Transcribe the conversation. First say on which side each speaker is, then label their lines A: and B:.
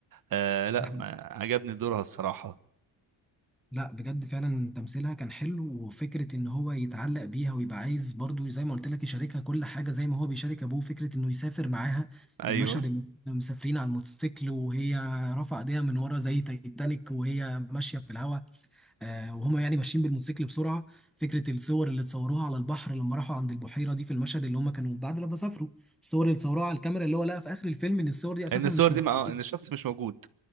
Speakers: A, on the right; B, in the centre.
A: آه لا
B: ده
A: ما عجبني دورها الصراحة
B: لا بجد فعلا تمثيلها كان حلو وفكرة ان هو يتعلق بيها ويبقى عايز برضو زي ما قلت لك يشاركها كل حاجة زي ما هو بيشارك ابوه فكرة انه يسافر معاها
A: ايوه
B: المشهد اللي هم مسافرين على الموتوسيكل وهي رافعة ايديها من ورا زي تايتانيك وهي ماشية في الهواء آه وهما يعني ماشيين بالموتوسيكل بسرعة فكرة الصور اللي اتصوروها على البحر لما راحوا عند البحيرة دي في المشهد اللي هم كانوا بعد لما سافروا الصور اللي اتصوروها على الكاميرا اللي هو لقى في اخر الفيلم ان الصور دي اساسا
A: ان الصور
B: مش موجودة
A: دي ما آه، ان الشخص مش موجود